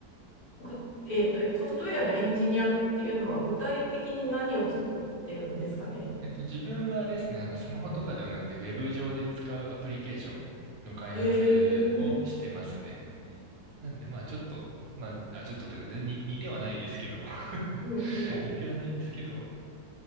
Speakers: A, on the left; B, on the right.
A: ぐ、えーと、ソフトウェアのエンジニアっていうのは、具体的に何を作ってるんですかね。
B: えっと、自分はあれですね、あの、スマホとかではなくて、ウェブ上で使うアプリケーションの開発をしてますね。
A: へー
B: なんで、まあ、ちょっと、まあ、あ、ちょっとというか、全に似てはないですけど、<laughs>
A: うんうん
B: 似てはないですけど、っ